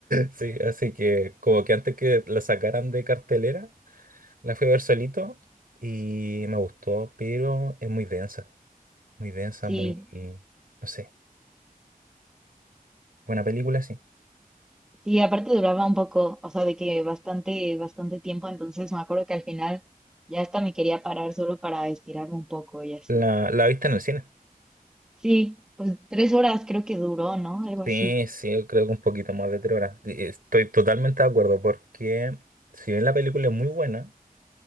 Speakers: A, on the right; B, in the centre.
A: Sí, así que como que antes que la sacaran de cartelera, la fui a ver solito y me gustó, pero es muy densa, muy densa,
B: sí,
A: muy, no sé, buena película, sí.
B: sí, aparte duraba un poco, o sea, de que bastante, bastante tiempo, entonces me acuerdo que al final ya hasta me quería parar solo para estirarme un poco y así.
A: La, la viste en el cine.
B: Sí, pues tres horas creo que duró, ¿no? Algo
A: Sí,
B: así.
A: sí, yo creo que un poquito más de tres horas. Y Estoy totalmente de acuerdo porque si bien la película es muy buena,